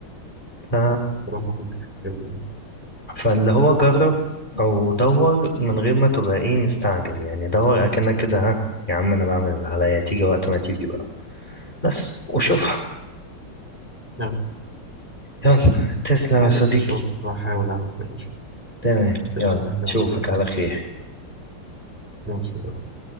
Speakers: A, on the left; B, in the centre.
A: ف...
B: الصراحة كنت كده كده.
A: فاللي هو جرب او دور من غير ما تبقى ايه مستعجل يعني دور اكنك كده ها يا عم انا بعمل اللي عليا تيجي وقت ما تيجي بقى بس وشوفها
B: نعم
A: يلا تسلم
B: خلاص
A: يا صديقي
B: إن شاء الله هحاول أعمل كده إن شاء
A: تمام
B: الله تسلم
A: يلا
B: يا نصيحة
A: اشوفك على خير
B: ماشي